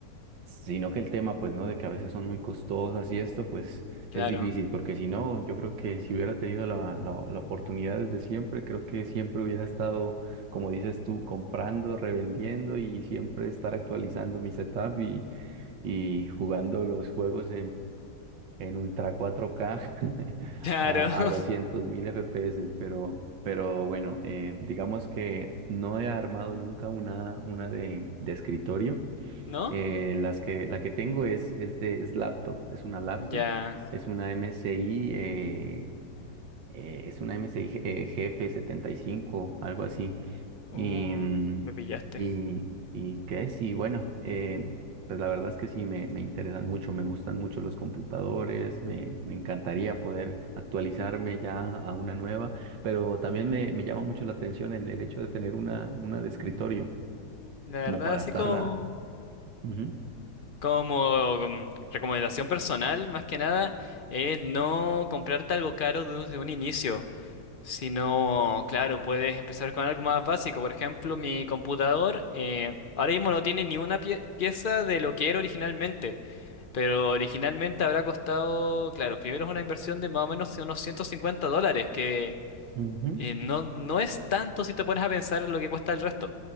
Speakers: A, on the right; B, on the left.
A: sino que el tema, pues, ¿no? De que a veces son muy costosas y esto, pues,
B: Claro,
A: es difícil, porque si no, yo creo que si hubiera tenido la, la, la oportunidad desde siempre, creo que siempre hubiera estado, como dices tú, comprando, revendiendo y siempre estar actualizando mi setup y, y jugando los juegos en Ultra 4K <laughs>
B: claro,
A: a,
B: <laughs>
A: a 200.000 FPS, pero, pero bueno, eh, digamos que no he armado nunca una, una de, de escritorio.
B: ¿no?
A: Eh, las que, la que tengo es, es de es laptop, es una laptop,
B: Ya.
A: es una MSI, eh, eh, es una MSI eh, GF75, algo así. Y,
B: Uh,
A: mm,
B: me pillaste.
A: y, y qué es, y bueno, eh, pues la verdad es que sí, me, me interesan mucho, me gustan mucho los computadores, me, me encantaría poder actualizarme ya a una nueva, pero también me, me llama mucho la atención el, el hecho de tener una, una de escritorio,
B: La
A: como
B: verdad,
A: para
B: así
A: estarla.
B: como...
A: Ujú,
B: Como mm, recomendación personal, más que nada, es no comprarte algo caro desde un inicio, sino, claro, puedes empezar con algo más básico. Por ejemplo, mi computador eh, ahora mismo no tiene ni una pie- pieza de lo que era originalmente, pero originalmente habrá costado, claro, primero es una inversión de más o menos unos 150 dólares, que
A: ujú.
B: eh, no, no es tanto si te pones a pensar lo que cuesta el resto.